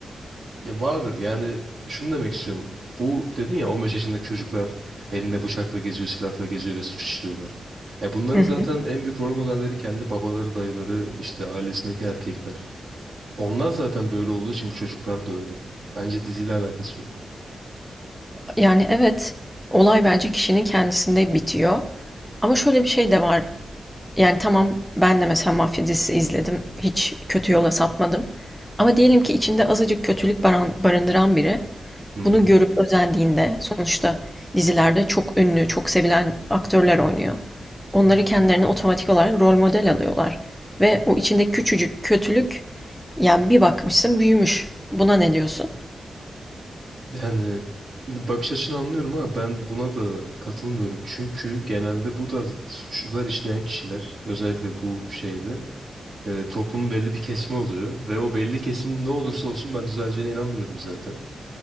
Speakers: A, on the right; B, in the centre.
A: ya vardır. Yani şunu demek istiyorum. Bu dedin ya 15 yaşındaki çocuklar elinde bıçakla geziyor, silahla geziyor ve suç işliyorlar. Ya bunların
B: Hı
A: zaten
B: hı.
A: en büyük rol modelleri kendi babaları, dayıları, işte ailesindeki erkekler. Onlar zaten böyle olduğu için bu çocuklar da öyle. Bence diziyle alakası yok.
B: Yani evet, olay bence kişinin kendisinde bitiyor. Ama şöyle bir şey de var. Yani tamam ben de mesela mafya dizisi izledim. Hiç kötü yola sapmadım. Ama diyelim ki içinde azıcık kötülük baran- barındıran biri
A: Hı hı.
B: Bunu görüp özendiğinde sonuçta dizilerde çok ünlü, çok sevilen aktörler oynuyor. Onları kendilerine otomatik olarak rol model alıyorlar. Ve o içinde küçücük kötülük yani bir bakmışsın büyümüş. Buna ne diyorsun?
A: Yani bakış açını anlıyorum ama ben buna da katılmıyorum. Çünkü genelde bu tarz suçlar işleyen kişiler özellikle bu şeyde E, toplumun belli bir kesimi oluyor ve o belli kesim ne olursa olsun ben düzeleceğine inanmıyorum zaten.